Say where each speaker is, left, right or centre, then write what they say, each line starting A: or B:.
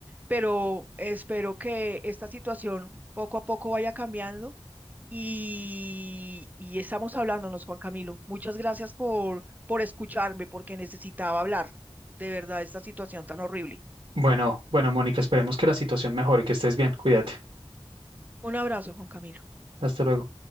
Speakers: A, on the right; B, on the right.
A: pero espero que esta situación poco a poco vaya cambiando y, y estamos hablándonos, Juan Camilo. Muchas gracias por, por escucharme, porque necesitaba hablar de verdad de esta situación tan horrible.
B: Bueno, bueno, Mónica, esperemos que la situación mejore, que estés bien, cuídate.
A: Un abrazo, Juan Camilo.
B: Hasta luego.